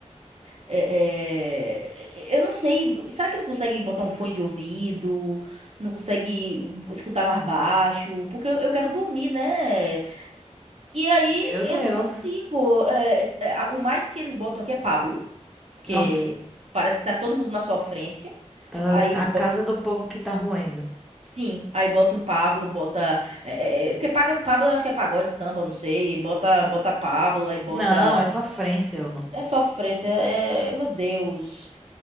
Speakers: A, on the right (about 60°); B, in the centre.
A: é- é- eu não sei. Será que não consegue botar um fone de ouvido? Não consegue escutar mais baixo? Porque eu, eu quero dormir, né? E aí
B: Meu
A: eu
B: Deus.
A: não consigo. é, s- é, a- o mais que eles botam aqui é Pablo, porque
B: Nossa,
A: parece que tá todo mundo na sofrência.
B: tá
A: Aí
B: a casa do povo que tá roendo.
A: Sim, aí bota um Pablo, bota. é, é, é, porque paga, Pablo eu acho que é pagode, samba, não sei. Bota, bota Pablo, aí bota.
B: Não, é sofrência o nome.
A: É sofrência, é. é, Meu Deus.